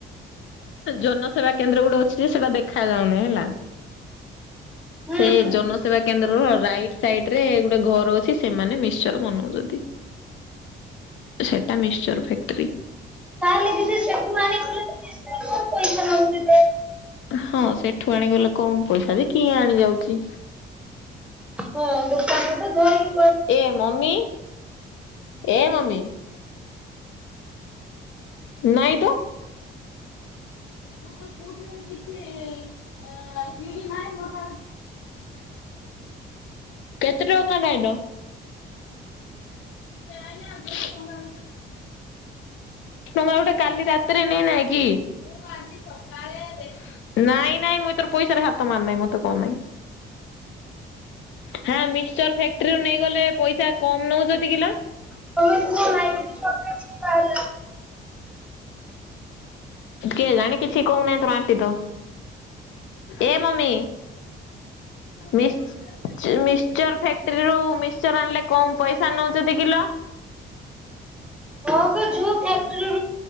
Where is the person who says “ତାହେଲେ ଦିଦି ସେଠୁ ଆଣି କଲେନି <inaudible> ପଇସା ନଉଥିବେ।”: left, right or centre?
Centre